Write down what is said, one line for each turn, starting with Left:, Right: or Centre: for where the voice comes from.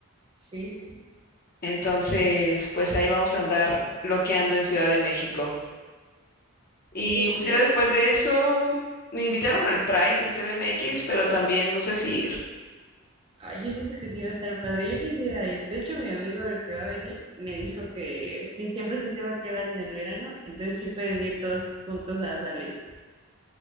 Right: Sí, sí.
Left: entonces pues ahí vamos a andar loqueando en Ciudad de México. Y
Right: De hecho,
Left: pues, ya después de eso me invitaron al Pride en CDMX, pero también no sé si ir.
Right: ay, yo siento que sí va a estar padre. Yo quisiera ir. De hecho, mi amigo, el que va a venir, me dijo que sí, siempre sí se va a quedar en el verano. Entonces sí pueden ir todos juntos a salir.